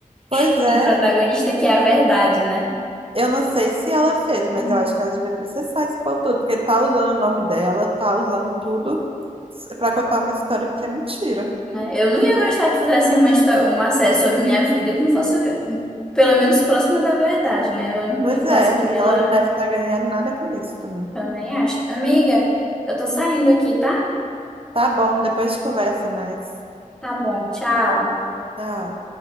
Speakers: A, on the right; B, in the centre.
A: Pois
B: <laughs> com
A: é,
B: o protagonista, que é a verdade, né?
A: Eu não sei se ela fez, mas
B: Uhum.
A: eu acho que ela devia processar esse povo tudo, porque tá usando o nome dela, tá usando tudo pra contar uma história que é mentira.
B: né? Eu não ia gostar que fizessem uma, histó- uma série sobre minha vida que não fosse, hum, pelo menos, próxima da verdade, né? Eu não
A: Pois
B: pintasse
A: é,
B: de
A: e
B: vilã,
A: ela não deve estar ganhando nada com isso também.
B: também acho. Amiga, eu tô saindo aqui, tá?
A: Tá bom, depois a gente conversa mais.
B: Tá bom, tchau.
A: Tchau.